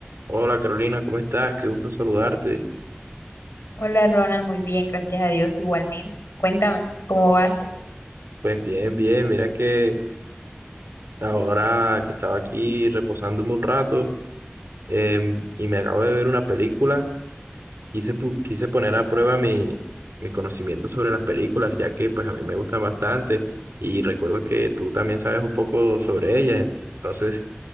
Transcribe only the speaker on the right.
Hola Carolina, ¿cómo estás? Qué gusto saludarte.
Pues bien, bien, mira que ahora que estaba aquí reposándome un rato em, y me acabo de ver una película, quise, pu- quise poner a prueba mi, mi conocimiento sobre las películas, ya que pues a mí me gustan bastante y recuerdo que tú también sabes un poco sobre ellas, entonces